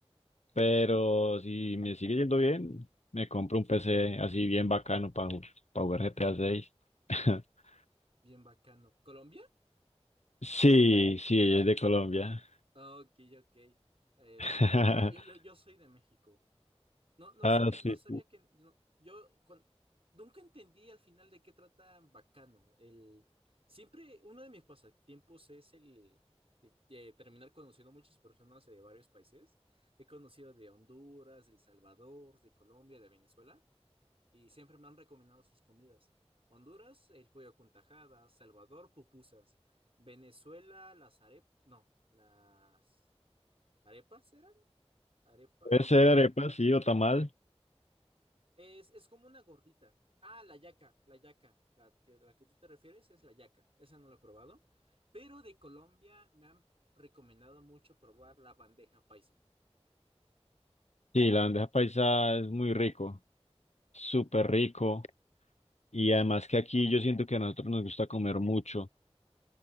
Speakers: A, on the left; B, on the right.
A: pero si me sigue yendo bien, me compro un PC así bien bacano para jugar GTA seis <laughs>
B: Bien bacano. Colombia.
A: Sí, sí, ella es de Colombia.
B: Ok, ok. El,
A: <laughs>
B: eh, yo, yo, yo, yo soy de México. No, no
A: Ah,
B: sabía,
A: sí.
B: no sabía que no- yo con- nunca entendí al final de qué trata Bacano. El, siempre uno de mis pasatiempos es el de, de terminar conociendo muchas personas de varios países. He conocido de Honduras, de El Salvador, de Colombia, de Venezuela, y siempre me han recomendado sus comidas. Honduras, el pollo con tajadas, Salvador, pupusas, Venezuela, las arepas, no, las ¿Arepas eran? ¿Arepas?
A: Puede ser
B: No.
A: arepa, sí, o tamal.
B: Es, es como una gordita. Ah, la yaca, la yaca. La que, la que tú te refieres es la yaca. Esa no la he probado. Pero de Colombia me han recomendado mucho probar la bandeja paisa.
A: Sí, la bandeja paisa es muy rico, súper rico. Y además que aquí yo siento que a nosotros nos gusta comer mucho.